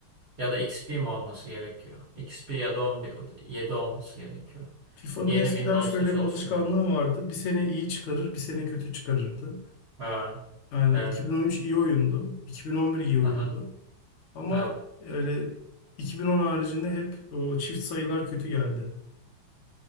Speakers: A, on the right; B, on the left.
A: ya da XP mi olması gerekiyor? XP ya da 11 7 olması gerekiyor.
B: FIFA'nın
A: Yeni
B: eskiden
A: Windows'ta
B: şöyle
A: çalışmıyor.
B: bir alışkanlığı vardı. Bir sene iyi çıkarır, bir sene kötü çıkarırdı.
A: Ha.
B: Yani
A: Evet.
B: 2013 iyi oyundu, 2011 iyi oyundu.
A: Aha.
B: Ama
A: Evet.
B: öyle 2010 haricinde hep o çift sayılar kötü geldi.